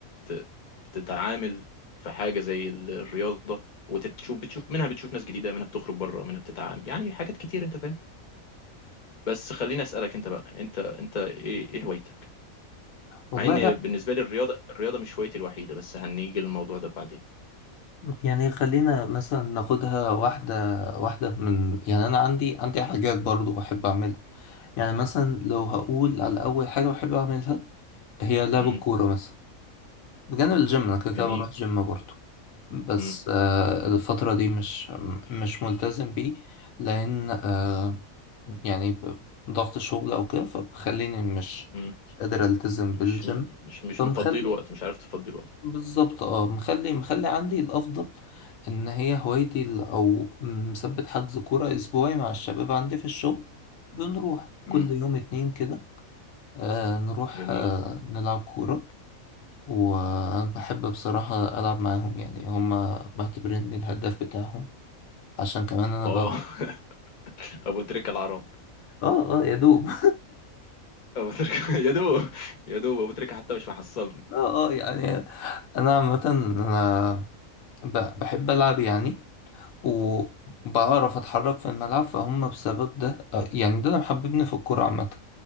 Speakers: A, on the left; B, on the left.
A: ت- تتعامل في حاجة زي ال- الرياضة وتشوف بتشوف منها بتشوف ناس جديدة منها بتخرج بره منها بتتعامل يعني حاجات كتير انت فاهم بس خليني أسألك انت بقى انت انت ايه ايه هوايتك
B: والله
A: مع ان بالنسبة لي الرياضة الرياضة مش هوايتي الوحيدة بس هنيجي للموضوع ده بعدين
B: يعني خلينا مثلا ناخدها واحدة واحدة من يعني أنا عندي عندي حاجات برضو بحب أعملها يعني مثلا لو هقول على أول حاجة بحب أعملها هي لعب
A: امم
B: الكورة مثلا بجانب الجيم أنا كده كده
A: جميل
B: بروح جيم برضو بس
A: امم
B: آه الفترة دي مش مش ملتزم بيه لأن آه يعني ب- ضغط شغل أو كده فبخليني مش
A: امم
B: مش قادر ألتزم بالجيم
A: مش مش مش
B: فمخلي
A: مفضيله وقت مش عارف تفضيله وقت
B: بالظبط اه مخلي مخلي عندي الافضل ان هي هوايتي ال- او مثبت حجز كوره اسبوعي مع الشباب عندي في الشغل بنروح كل
A: امم
B: يوم اتنين كده آه نروح
A: جميل
B: آه نلعب كوره وانا بحب بصراحه العب معاهم يعني هما معتبريني الهداف بتاعهم عشان كمان انا
A: اه
B: ب...
A: <laughs> ابو تريكة العرب
B: اه اه يا دوب
A: ابو تريكة <laughs> يا دوب يا دوب ابو تريكة حتى مش محصلني
B: <laughs> اه اه يعني انا عامه انا ب- بحب العب يعني وبعرف اتحرك في الملعب فهم بسبب ده آه، يعني ده اللي محببني في الكورة عامة